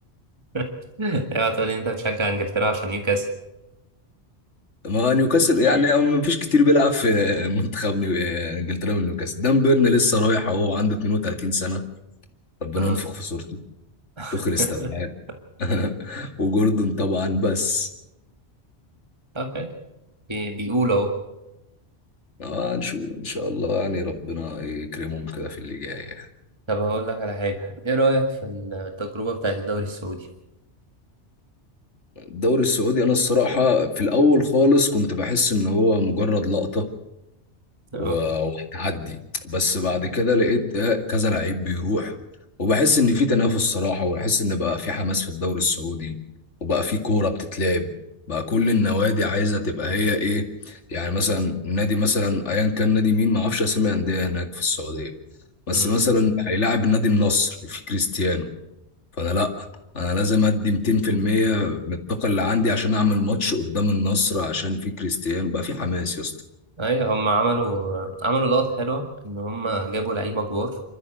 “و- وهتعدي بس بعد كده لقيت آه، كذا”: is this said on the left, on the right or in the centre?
Left